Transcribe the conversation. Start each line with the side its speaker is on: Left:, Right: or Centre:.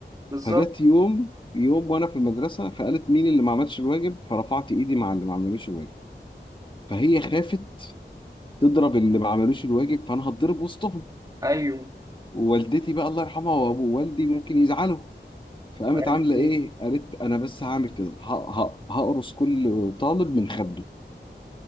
Right: بالظبط
Left: فجت يوم يوم وانا في المدرسه فقالت مين اللي ما عملش الواجب فرفعت ايدي مع اللي ما عملوش الواجب فهي خافت تضرب اللي ما عملوش الواجب فانا هتضرب وسطهم
Right: ايوه
Left: ووالدتي بقى الله يرحمها وابو والدي ممكن يزعلوا فقامت
Right: قالت
Left: عامله
Right: ايه
Left: ايه قالت انا بس هعمل كده ه- ه- هقرص كل طالب من خده